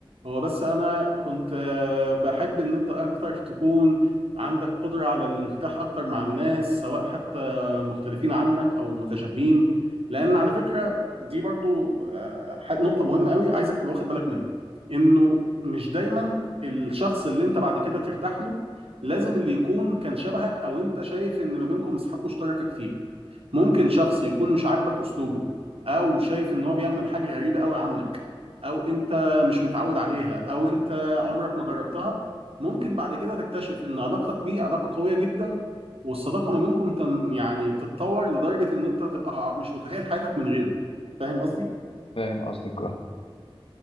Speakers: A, on the right; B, on the left.
A: هو بس انا كنت آه، بحب ان انت اكتر تكون عندك قدرة على الانفتاح اكتر مع الناس سواء حتى مختلفين عنك او متشابهين لان على فكرة دي برضو آه، نقطة مهمة قوي عايزك تبقى واخد بالك منها انه مش دايما الشخص اللي انت بعد كده ترتاح له لازم اللي يكون كان شبهك او انت شايف ان ما بينكم مساحات مشتركة كتير ممكن شخص يكون مش عاجبك اسلوبه او شايف ان هو بيعمل حاجه غريبه قوي عنك او انت مش متعود عليها او انت عمرك ما جربتها ممكن بعد كده تكتشف ان علاقتك بيه علاقه قويه جدا والصداقه ما بينكم تم يعني تتطور لدرجه ان انت تبقى مش متخيل حياتك من غيره فاهم قصدي؟
B: فاهم قصدك اه